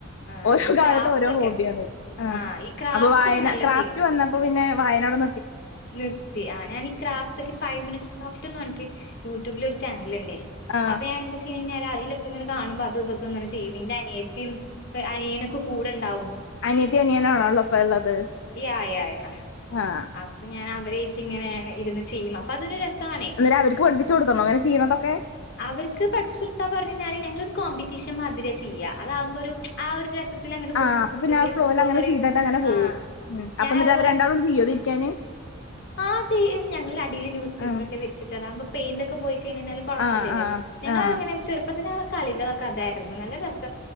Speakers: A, on the left; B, on the left.
A: ആഹ്
B: ഓരോ
A: ഈ
B: കാലത്തും
A: ക്രാഫ്റ്റ്സൊക്കെ
B: ഓരോ ഹോബിയാണ് ആ
A: ആഹ് ഈ ക്രാഫ്റ്റ്സൊക്കെ
B: അപ്പൊ വായന
A: നല്ലോം
B: ക്രാഫ്റ്റ്
A: ചെയ്യും
B: വന്നപ്പോ പിന്നെ വായനവടെ
A: നിർത്തി ആ ഞാനീ ക്രാഫ്റ്റ്സൊക്കെ ഫൈവ് മിനിറ്റ്സ് ക്രാഫ്റ്റ് പറഞ്ഞിട്ട് യൂട്യൂബില് ഒരു ചാനലിണ്ടെ
B: ആഹ്
A: അപ്പൊ ഞാനെന്താ ചെയ്യണെ അതിലൊക്കെ ഇങ്ങനെ കാണുമ്പോ അതുയ്തു ഒക്കെ ഇങ്ങനെ ചെയ്യും പിന്നേ അനിയത്തിയും അനിയനോക്കെ കൂടെണ്ടാവും
B: അനിയത്തി അനിയനാണോ ഉള്ളപ്പോ ഉള്ളത്
A: യായായ
B: ആഹ്
A: അപ്പൊ ഞാനാ ഇങ്ങനെ ഇരുന്ന് ചെയ്യും അപ്പൊ അതൊരു രസാണെ
B: അന്നേരം അവർക്ക് പഠിപ്പിച്ചു കൊടുത്തണോ അങ്ങനെ ചെയ്യണതൊക്കെ
A: അവർക്ക് <unintelligible> പറഞ്ഞഴിഞ്ഞാൽ ഞങ്ങളൊരു കോമ്പറ്റീഷൻ മാതിരിയാ ചെയ്യാ അതാവുമ്പോരു ആ ഒരു രസത്തിലങ്ങട് പോവും
B: ആഹ് അപ്പൊ പിന്നെ ആ
A: ഒരു
B: ഫ്ലോയിൽ
A: പൂവ്
B: അങ്ങനെ
A: പറയും
B: ചെയ്തിട്ട് അങ്ങനെ പോവും
A: ആ
B: ഉം അപ്പൊ
A: ഞാനത്
B: എന്നിട്ട് അവര് രണ്ടാളും ചെയ്യോതിരിക്കാന്
A: ആ ചെയ്യും ഞങ്ങള് അടില് ന്യസ് പേപ്പർ
B: ആഹ്
A: ഒക്കെ വെച്ചിട്ട് അതാകുമ്പോ പെയിന്റൊ ക്കെ പോയി കഴിഞ്ഞഴിഞ്ഞാലും കൊഴപ്പല്യല്ലൊ
B: ആഹ്
A: ഞങ്ങങ്ങനെ
B: ആഹ്
A: ചെറുപ്പത്ത് ഞങ്ങളെ കളികളൊക്കെ അതായിരുന്നു നല്ല രസ